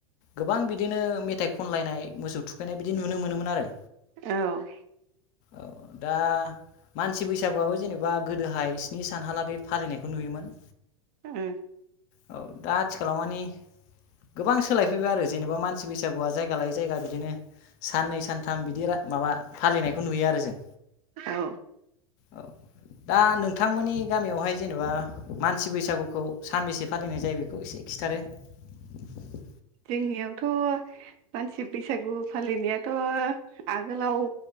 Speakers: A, on the left (about 45°); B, on the right (about 45°).
A: गोबां बिदिनो मेथाइ खनलायनाय मोसौ थुखैनाय बिदि नुनो मोनोमोन आरो।
B: औ।
A: औ दा मानसि बैसागुआबो जेनेबा गोदोहाय स्नि सानहालागै फालिनायखौ नुयोमोन।
B: उम
A: औ दा आथिखाल मानि गोबां सोलायफैबाय आरो जेनेबा मानसि बैसागुआ जायगा लायै जायगा बिदिनो साननै सानथाम बिदि माबा फालिनायखौ नुयो आरो जों।
B: औ
A: औ दा नोंथांमोननि गामियावहाय जेनेबा मानसि बैसागुखौ सानबेसे फालिनाय जायो बेखौ एसे खिथादो। <inaudible>
B: जोंनियावथ' मानसि बैसागु फालिनायाथ' आगोलाव